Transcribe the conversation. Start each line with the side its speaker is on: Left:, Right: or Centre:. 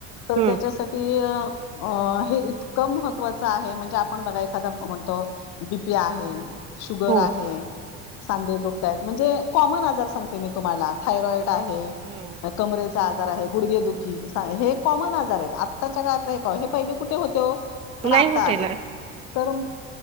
Left: तर,
Right: हम्म
Left: त्यांच्या साठी अ अ हे इतकं महत्त्वाचं आहे, म्हणजे आपण बघा, एखादा म्हणतो, बीपी आहे शुगर
Right: हो
Left: आहे, सांधे दुखतायत, म्हणजे कॉमन आजार सांगते, मी तुम्हाला. थायरॉइड
Right: अच्छा
Left: आहे,
Right: हम्म
Left: कमरेचा आजार आहे, गुडगेदुखी हे कॉमन आजार आहेत, आत्ताच्या काळात ल का, हे पहिले, कुठे होते? पण,
Right: नाही
Left: आता
Right: होते
Left: आलेत,
Right: ना
Left: तर म